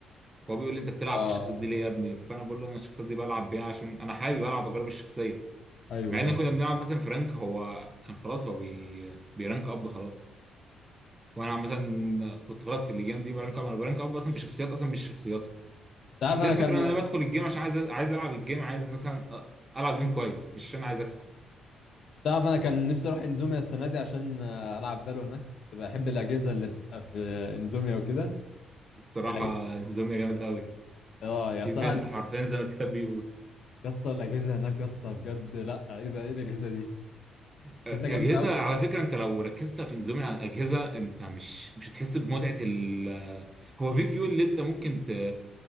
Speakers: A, on the right (about 25°); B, on the left (about 60°).
A: فهو بيقول لي انت بتلعب
B: اه
A: بالشخصيات دي ليه يا ابني فانا بقول له انا الشخصيات دي بلعب بيها عشان انا حابب العب اجرب الشخصيه
B: ايوه
A: مع ان
B: انت
A: كنا بنلعب مثلا فرانك هو كان خلاص هو بي... بيرانك اب خلاص وانا عامه كنت خلاص في الجيم دي برانك اب انا برانك اب اصلا بشخصيات اصلا مش شخصياتها
B: عارف
A: بس
B: انا
A: هي الفكره
B: كان
A: ان انا بدخل الجيم عشان عايز عايز العب الجيم عايز مثلا أ- العب جيم كويس مش عشان عايز اكسب
B: تعرف انا كان نفسي اروح انزوميا السنه دي عشان آه، العب فالو هناك كنت بحب الاجهزه اللي بتبقى في آه،
A: بس
B: انزوميا وكده
A: الصراحه
B: الاجهزه
A: انزوميا جامد قوي
B: اه يا صراحه
A: ايفنت حرفيا زي ما الكتاب بيقول
B: يا اسطى الاجهزه هناك يا اسطى بجد لا ايه ده ايه الاجهزه دي
A: أ- اجهزه
B: اجهزه جامده قوي
A: على فكره انت لو ركزت في انزوميا على الاجهزه انت مش مش هتحس بمتعه ال هو في كيو اللي انت ممكن ت